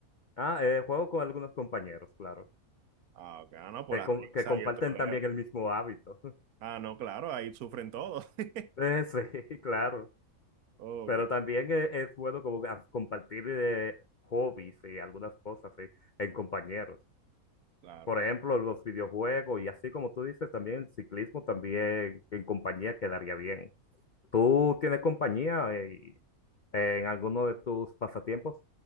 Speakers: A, on the left; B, on the right.
A: Ah, eh, juego con algunos compañeros, claro,
B: Ah, ok, ah, no, por
A: que,
B: la
A: com-
B: risa
A: que comparten
B: y el troleo.
A: también el mismo hábito. <laughs>
B: Ah, no, claro, ahí sufren todos. <laughs>
A: Eh, sí, claro,
B: Ok,
A: pero también es, es bueno como a- compartir eh, hobbies y algunas cosas sí, en compañeros.
B: claro.
A: Por ejemplo, los videojuegos y así como tú dices, también el ciclismo también en compañía quedaría bien. ¿Tú tienes compañía eh, en alguno de tus pasatiempos?